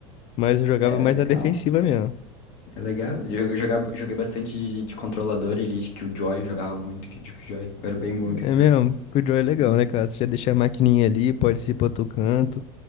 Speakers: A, on the left (about 40°); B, on the left (about 60°).
A: Mas eu jogava
B: É,
A: mais
B: legal.
A: na defensiva mesmo.
B: É legal. Eu jogava, joguei bastante de, de controlador ali, de Killjoy, jogava muito de Killjoy. Eu era bem bom de
A: É
B: Killjoy.
A: mesmo, que o Joy é legal,
B: Uhum.
A: né, cara? Você já deixa a maquininha ali, pode ir pra outro canto.